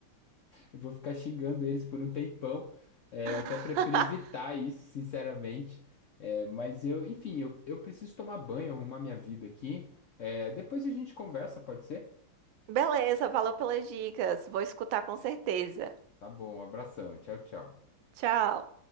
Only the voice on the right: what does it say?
<laughs>
Beleza, valeu pelas dicas. Vou escutar com certeza.
Tchau.